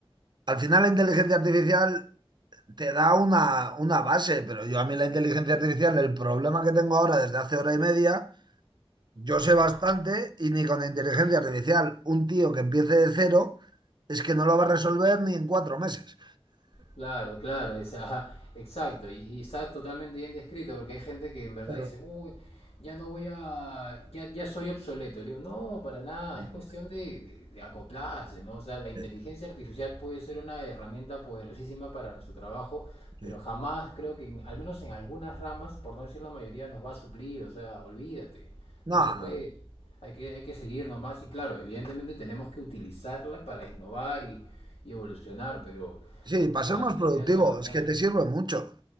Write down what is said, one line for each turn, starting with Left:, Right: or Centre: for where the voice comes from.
Right: Al final la inteligencia artificial te da una, una base, pero yo a mí la inteligencia artificial, el problema que tengo ahora desde hace hora y media, yo sé
Left: nada.
Right: bastante y ni con la inteligencia artificial un tío que empiece de cero es que no lo va a resolver ni en cuatro meses.
Left: Claro, claro, es- ajá, exacto, y, y está totalmente bien descrito porque hay gente que en verdad
Right: Pero-
Left: dice, uy, ya no voy a, ya, ya soy obsoleto. Le digo, no, para nada,
Right: <laughs>
Left: es cuestión de, de- de acoplarse, ¿no? O sea, la inteligencia
Right: eh,
Left: artificial puede ser una herramienta poderosísima para nuestro trabajo,
Right: sí.
Left: pero jamás creo que, en- al menos en algunas ramas, por no decir la mayoría, nos va a suplir, o sea, olvídate.
Right: No,
Left: No se puede, hay que, hay que seguir nomás y claro, evidentemente tenemos que utilizarla para innovar y, y evolucionar, pero,
Right: sí, para
Left: o sea,
Right: ser más
Left: si te
Right: productivo,
Left: tiras a la bandera,
Right: es que te
Left: no,
Right: sirve mucho.